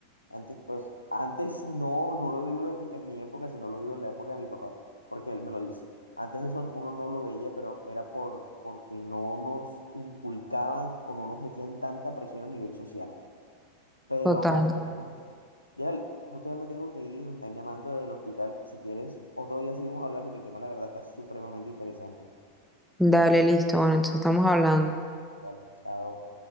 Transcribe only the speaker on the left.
Antes, pues, antes no, no lo digo en, en mi época, sino lo digo en la época de mi papá, porque él me lo dice. Antes eso uno no lo veía, pero era por, porque no nos inculcaban o no nos metían tanta presión a nivel social. Pero
bueno, ya justo ya me tengo que ir, me están llamando del hospital. Si quieres, otro día seguimos hablando, que el tema, la verdad, está supremamente interesante.
Dale, chao.